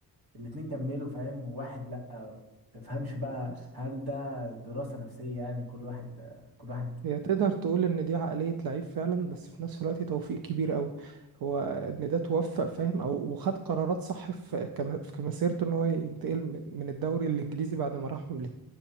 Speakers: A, on the right; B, on the right.
A: الاتنين كملوا فاهم وواحد لأ تفهمش بقى
B: بس
A: هل ده دراسة نفسية يعني كل واحد كل واحد
B: هي تقدر تقول ان دي عقلية لعيب فعلا بس في نفس الوقت توفيق كبير قوي هو ان ده توفق فاهم او وخد قرارات صح في كم- في مسيرته ان هو ينتقل من من الدوري الانجليزي بعد ما راح لت-